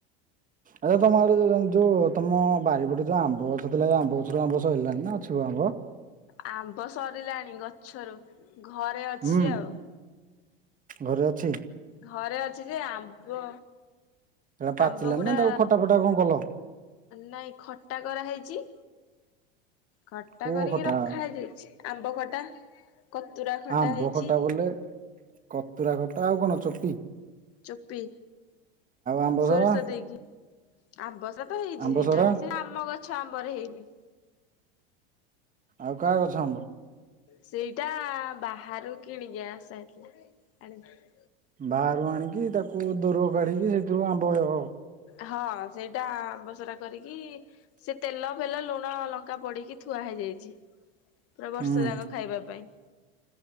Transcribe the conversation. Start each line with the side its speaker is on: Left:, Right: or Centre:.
Right: ଆଚ୍ଛା ତମ ଆଡ଼େ ଯୋଉ ତମ ବାରିପଟେ ଯୋଉ ଆମ୍ବ ଗଛ ଥିଲା ଏଇ ଆମ୍ବ ଗଛରୁ ଆମ୍ବ ସଇଲାଣିନା ଅଛି ବ ଆମ୍ବ?
Left: ଆମ୍ବ ସରିଲାଣି ଗଛରୁ ଘରେ ଅଛି
Right: ହୁଁ
Left: ଆଉ।
Right: ଘରେ ଅଛି।
Left: ଘରେ ଅଛି ଯେ ଆମ୍ବ
Right: ସେଇଟା ପାଚିଲା
Left: ଆମ୍ବ ଗୁଡା
Right: ନା ତାକୁ ଖଟା ଫଟା କଣ କଲ?
Left: ନାଇଁ ଖଟା କରାହେଇଛି। ଖଟା
Right: କୋଉ
Left: କରିକି
Right: ଖଟା
Left: ରଖା ହେଇଯାଇଛି ଆମ୍ବ ଖଟା କତୁରା ଖଟା
Right: ଆମ୍ବ
Left: ହେଇଛି।
Right: ବୋଲେ କତୁରା କଟା ଆଉ କଣ ଚଟି।
Left: ଚୁପି।
Right: ଆମ୍ବସରା
Left: ସୋରିଷ ଦେଇକି ଆମ୍ବ ସରା ତ ହେଇଛି
Right: ଆମ୍ବସରା
Left: ସେଇଟା ସେ ଆମ ଗଛ ଗଛ ଆମ୍ବରେ ହେଇନି।
Right: ଆଉ କାହା ଗଛ ଆମ୍ବ?
Left: ସେଇଟା ବାହାରୁ କିଣିକି ଆଶାହେଇଥିଲା ଆଣିଥିଲେ।
Right: ବାହାରୁ ଆଣିକି ତାକୁ ଦୋରୁଅ କାଢ଼ିକି <unintelligible>
Left: ହଁ ସେଇଟା ଆମ୍ବ ସରା କରିକି ସେ ତେଲ ଫେଲ ଲୁଣ ଲଙ୍କା ପଡ଼ିକି ଥୁଆ ହେଇଯାଇଛି ପୁରା ବର୍ଷ
Right: ହୁଁ
Left: ଯାକ ଖାଇବା ପାଇଁ।